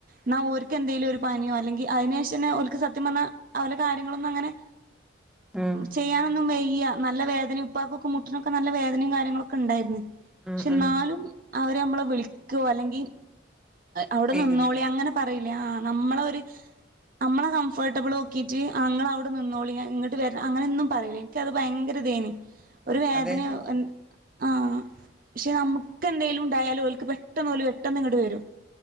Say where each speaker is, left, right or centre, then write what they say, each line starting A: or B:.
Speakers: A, on the right; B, in the centre.
A: ന്നാ ഓര്ക്ക് എന്തെലും ഒരു പനിയോ അല്ലെങ്കി അയിന് ശേഷന്നെ ഓൽക്ക് സത്യം പർഞ്ഞാ ഓലെ കാര്യങ്ങളൊന്നും അങ്ങനെ
B: ഉം
A: ചെയ്യാനൊന്നും വയ്യ. നല്ല വേദനയും ഉപ്പാക്കൊക്കെ മുട്ടിനൊക്കെ നല്ല വേദനയും കാര്യങ്ങളൊക്ക ഇണ്ടായിര്ന്ന്
B: ഉം
A: പക്ഷെ
B: ഉം
A: ന്നാലും അവരെ നമ്മള് വിളിക്കോ അല്ലെങ്കി അവ്ടെ
B: ചെയ്യൂലല്ലേ
A: നിന്നോളി അങ്ങനെ പറയില്ലേ ആ നമ്മളൊര് അമ്മളെ കംഫർട്ടബിളോക്കീട്ട് ആ ഇങ്ങള് അവ്ടെ നിന്നോളി ഞാൻ ഇങ്ങട്ട് വരാ അങ്ങനെന്നും പറയുലേനി. ഇൻക്ക് അത് ഭയങ്കര ഇതേനി ഒരു വേദനയോ
B: അതാ ഞാൻ ചോദിച്ചേ
A: എ ആ പക്ഷെ നമു ക്ക് എന്തെലും ഇണ്ടായാലോ ഓൽക്ക് പെട്ടെന്ന് ഓല് പെട്ടെന്ന് ഇങ്ങട്ട് വരും.